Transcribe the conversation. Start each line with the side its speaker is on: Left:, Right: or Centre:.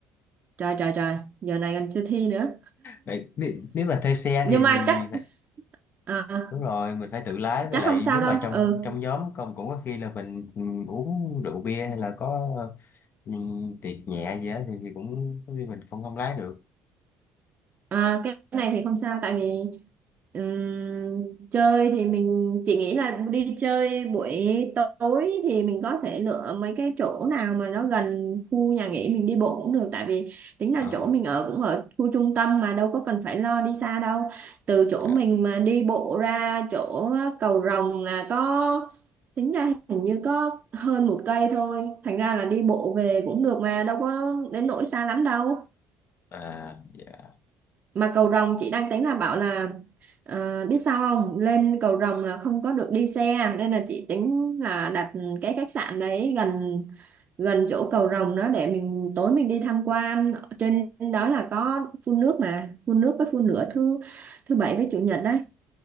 Right: trời trời trời giờ này còn chưa thi nữa
Left: Đấy, nếu, nếu mà thuê xe
Right: nhưng
Left: thì,
Right: mà
Left: thì
Right: chắc
Left: thì phải-
Right: ờ,
Left: đúng rồi mình phải tự lái với
Right: chắc
Left: lại
Right: không sao
Left: nếu
Right: đâu
Left: mà trong
Right: ừ
Left: trong nhóm công cũng có khi là mình ừ, uống rượu bia hay là có ừ, tiệc nhẹ gì đó thì, thì cũng có khi mình không không lái được
Right: À, cái cái này thì không sao tại vì ừm, chơi thì mình chỉ nghĩ là đi chơi buổi tối thì mình có thể lựa mấy cái chỗ nào mà nó gần khu nhà nghỉ mình đi bộ cũng được tại vì tính là
Left: Ờ,
Right: chỗ mình ở cũng ở khu trung tâm mà đâu có cần phải lo đi xa đâu từ chỗ
Left: dạ.
Right: mình mà đi bộ ra chỗ cầu Rồng là có tính ra hình như có hơn một cây thôi thành ra là đi bộ về cũng được mà đâu có đến nỗi xa lắm đâu
Left: à, dạ.
Right: mà cầu rồng chị đang tính là bảo là ờ, biết sao không lên cầu rồng là không có được đi xe nên là chị tính là đặt cái khách sạn đấy gần gần chỗ cầu rồng đó để mình tối mình đi tham quan trên đó là có phun nước mà phun nước với phun lửa thứ thứ bảy với chủ nhật đấy